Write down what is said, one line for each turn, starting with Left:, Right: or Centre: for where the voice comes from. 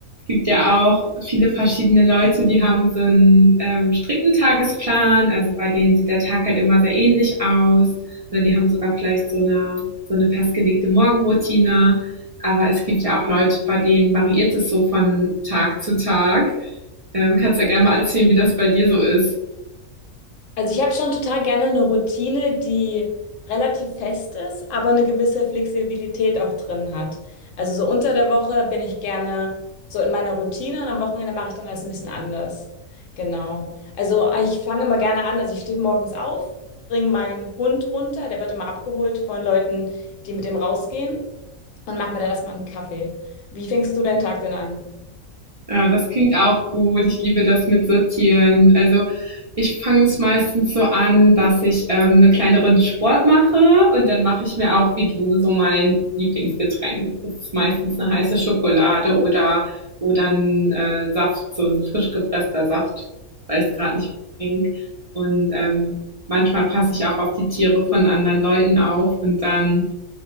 Right: gibt ja auch viele verschiedene Leute, die haben so einen ähm, strikten Tagesplan, also bei denen sieht der Tag halt immer sehr ähnlich aus. Oder die haben sogar vielleicht so eine, so eine festgelegte Morgenroutine. Aber es gibt ja auch Leute, bei denen variiert es so von Tag zu Tag. Ähm, kannst ja gerne mal erzählen, wie das bei dir so ist.
Left: Also ich habe schon total gerne eine Routine, die relativ fest ist, aber eine gewisse Flexibilität auch drin hat. Also so unter der Woche bin ich gerne so in meiner Routine und am Wochenende mache ich dann alles ein bisschen anders. Genau. Also ich fange immer gerne an, also ich stehe morgens auf, bringe meinen Hund runter, der wird immer abgeholt von Leuten, die mit dem rausgehen und mache mir dann erstmal einen Kaffee. Wie fängst du deinen Tag denn an?
Right: Ah, das klingt auch gut. Ich liebe das mit Sortieren. Also ich fange es meistens so an, dass ich ähm, eine kleine Runde Sport mache und dann mache ich mir auch, wie du, so mein Lieblingsgetränk. Das ist meistens eine heiße Schokolade oder, oder ein äh, Saft, so ein frisch gepresster Saft, weil ich es gerade nicht mehr trinke. Und ähm, manchmal passe ich auch auf die Tiere von anderen Leuten auf und dann